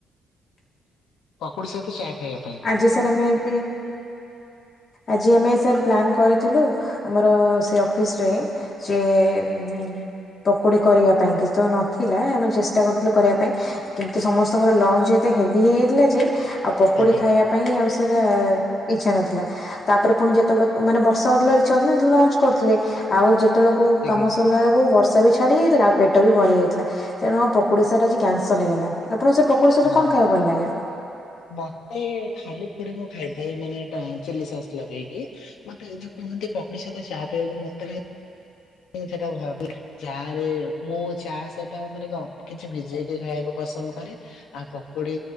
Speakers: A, on the left (about 75°); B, on the left (about 45°).
A: ପକୁଡି ସହିତ ଚା। ଖାଇବା ପାଇଁ
B: ଆଜି ସାର୍ ଆମେ ଏମତି ଆଜି ଆମେ ସାର୍ ପ୍ଲାନ୍ କରିଥିଲୁ ଆମର ସେ ଅଫିସରେ ସେ ଉଁ ପକୁଡି କରିବା ପାଇଁ କିଛି ତ ନଥିଲା ଆମେ ଚେଷ୍ଟା କରିଥିଲୁ କରିବା ପାଇଁ କିନ୍ତୁ ସମସ୍ତଙ୍କର ଲଞ୍ଚ ଯଦି ହେବି ହେଇଥିଲା ଯେ ଆଉ ପକୁଡି
A: ଆଜ୍ଞା।
B: ଖାଇବା ପାଇଁ ଆଉ ସେରା ଇଛା ନଥିଲା ତାପରେ ପୁଣି ଯେତେବେଳେ ମାନେ ବର୍ଷା ହେଉଥିଲା। ଇଛା ହଉଥିଲା ଲଞ୍ଚ କରିୁଥିଲି ଆଉ ଯେତେବେଳ
A: ଆଜ୍ଞା
B: କାମ ସରିଲା ବେଳକୁ ବର୍ଷ ବି ଛାଡି ଯାଇଥିଲା ଆଉ ପେଟ ବି ଭରି ଯାଇଥିଲା ତେଣୁ ଆଉ ପକୁଡି ସାର ଆଜି କ୍ୟାନସଲ ହେଇଗଲା ଆପଣ ସେ ପ ପକୁଡି ସହିତ
A: ହଁ
B: କଣ ଖାଇବାକୁ ଭଲ ଲାଗେ?
A: ମତେ ଖାଲି ପକୁଡି ଖାଇଦିଏ ମାନେ ଏଟା ଚିଲ୍ଲୀ ସସ୍ ଲଗେଇକି ମତେ ଯଉ କୁହନ୍ତି ପକୁଡ଼ି ସହିତ ଚାହା ପିଇବା ମୋତେ କାଇଁ ସେଟା ଭାଗେ ଚା ରେ ମୁଁ ଚା ସେଟା ମାନେ କଣ କିଛି ଭିଜେଇକି ଖାଇବାକୁ ପଡେ। ପସନ୍ଦ କରେ ଆଉ ପକୋଡି